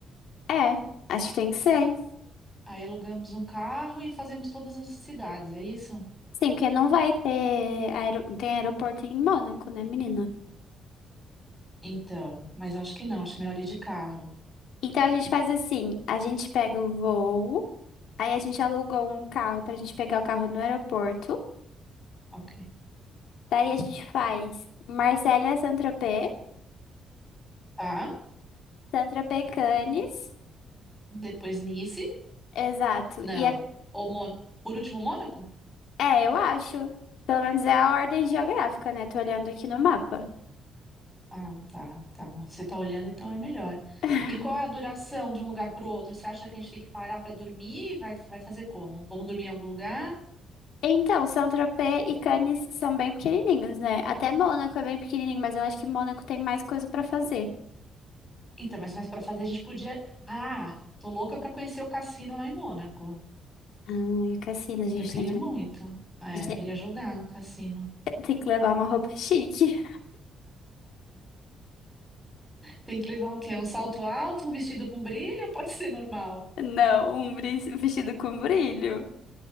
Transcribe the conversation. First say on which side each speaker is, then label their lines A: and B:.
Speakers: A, on the left; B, in the centre.
A: É, acho que tem que ser.
B: Aí alugamos um carro e fazemos todas as cidades, é isso?
A: Sim, porque não vai ter aero... não tem aeroporto em Mônaco, né, menina?
B: Então, mas acho que não, acho melhor ir de carro.
A: Então a gente faz assim, a gente pega o voo, aí a gente aluga um carro pra gente pegar o carro no aeroporto,
B: Ok.
A: daí a gente faz Marselha a Saint-Tropez,
B: Tá?
A: Saint-Tropez Cannes,
B: Depois Nice?
A: exato.
B: Não.
A: E é...
B: Ou Mon... Por último, Mônaco?
A: é, eu acho, pelo menos é a ordem geográfica, né? Tô olhando aqui no mapa.
B: Ah, tá, tá. amor. Você tá olhando, então é melhor.
A: <laughs>
B: E qual é a duração de um lugar para o outro? Você acha que a gente tem que parar para dormir? Vai, vai fazer como? Vamos dormir em algum lugar?
A: Então, Saint-Tropez e Cannes são bem pequenininhos, né? Até Mônaco é bem pequenininho, mas eu acho que Mônaco tem mais coisa pra fazer.
B: Então, mas mais para fazer a gente podia. Ah, tô louca para conhecer o cassino lá em Mônaco.
A: Ah, e o Cassino, a gente
B: Eu queria
A: tem que,
B: muito.
A: <laughs> a
B: É,
A: gente
B: queria jogar no cassino.
A: tem que levar uma roupa chique.
B: Tem que levar o quê? Um salto alto, um vestido com brilho ou pode ser normal?
A: Não, um bri- vestido com brilho.